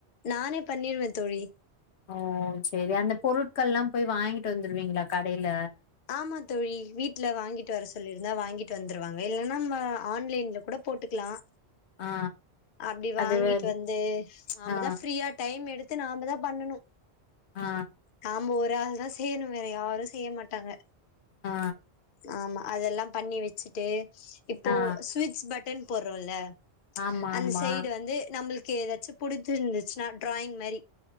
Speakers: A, on the left (about 55°); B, on the left (about 80°).
A: நானே பண்ணிருவேன் தோழி
B: ஓ செரி அந்த பொருட்கள்லாம் போய் வாங்கிட்டு வந்துருவீங்களா கடைல
A: ஆமா தோழி வீட்ல வாங்கிட்டு வர சொல்லிருந்தா வாங்கிட்டு வந்துருவாங்க இல்லனா நம்ம ஆன்லைன்ல கூட போட்டுக்லாம்
B: ஆ
A: அப்டி
B: அது
A: வாங்கிட்டு
B: வந்
A: வந்து நம்பதான்
B: ஆ
A: ஃப்ரீயா டைம் எடுத்து நாம தான் பண்ணனும்
B: ஆ
A: நாம ஒரு ஆள் தான் செய்யணும் வேற யாரும் செய்ய மாட்டாங்க
B: ஆ
A: ஆமா அதெல்லாம் பண்ணி வச்சுட்டு இப்போ
B: ஆ
A: சுவிட்ச் பட் டன் போறோம் ல
B: ஆமா
A: அந்த
B: ஆமா
A: சைடு வந்து நம்மளுக்கு எதாச்சு புடிஞ்சிருந்துச்சுன்னா டிராயிங் மாரி